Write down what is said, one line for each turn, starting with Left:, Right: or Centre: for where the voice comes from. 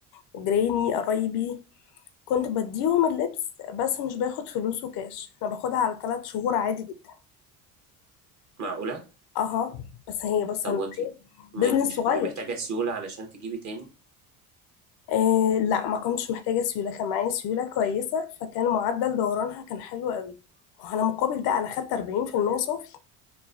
Left: وجيراني قرايبي كنت بديهم اللبس بس مش باخد فلوسه كاش انا باخدها على ثلاث شهور عادي جدا
Right: معقولة
Left: اها بس هي بص
Right: طب
Left: انا
Right: وانت ما
Left: بزنس
Right: انت مش
Left: صغير
Right: هتبقي محتاجة سيولة علشان تجيبي تاني
Left: آه لا ما كنتش محتاجة سيولة كان معايا سيولة كويسة فكان معدل دورانها كان حلو قوي وانا مقابل ده انا خدت 40% صافي